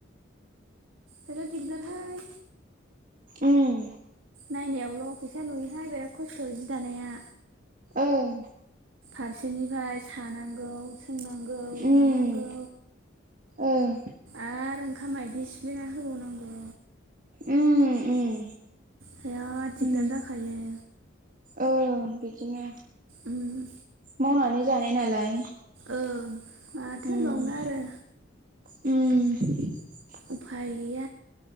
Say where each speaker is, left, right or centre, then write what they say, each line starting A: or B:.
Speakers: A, on the right; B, on the right.
A: बिराद दिगदार हाय।
B: उम
A: नायनायावल' फैसा नुयोहाय बिराद खस्थ' जि दानाया।
B: ओं।
A: फारसेनिफाय सानांगौ सोंनांगौ।
B: उम
A: दानांगौ
B: ओं
A: आरो ओंखाम मायदि सिप्लिना होबावनांगौ।
B: उम उम
A: बिराद दिगदार
B: उम
A: जाखायो
B: ओं बिदिनो।
A: उम
B: मावनानै जानाय नालाय।
A: ओं माथो होनबावनो
B: उम
A: आरो।
B: उम
A: उफाय गैया।